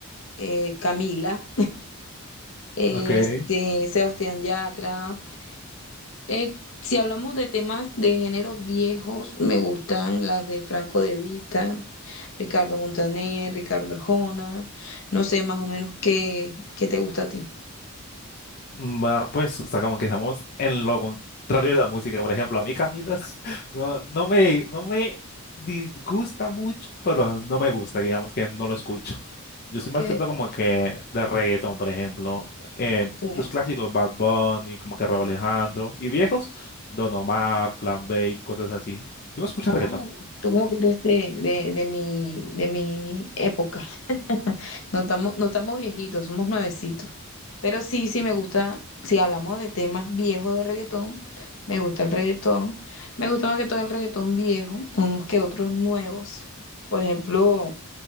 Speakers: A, on the left (about 60°); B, on the left (about 45°).
A: eh, Camila, este,
B: Ok.
A: Sebastián Yatra. Eh, si hablamos de temas de géneros viejos, me gustan las de Franco De Vita, Ricardo Montaner, Ricardo Arjona. No sé más o menos qué, qué te gusta a ti.
B: Mm, Va, pues, o sea, como que estamos en lo contrario de la música. Por ejemplo, a mí Camilo <laughs> no, no me, no me disgusta mucho, pero no me gusta, digamos que no lo escucho. Yo
A: Ok,
B: soy más que todo como que de reggaeton, por ejemplo. Eh,
A: ok.
B: los clásicos, Bad Bunny, como que Rauw Alejandro. Y viejos, Don Omar, Plan B, y cosas así. ¿Tú no escuchas reggaeton?
A: Ah, tú como que eres de, de, de mi, de mi época. <laughs> No estamos, no estamos viejitos, somos nuevecitos. Pero sí, sí me gusta, si hablamos de temas viejos de reggaetón, me gusta el reggaetón. Me gusta más que todo el reggaetón viejo, unos que otros nuevos. Por ejemplo,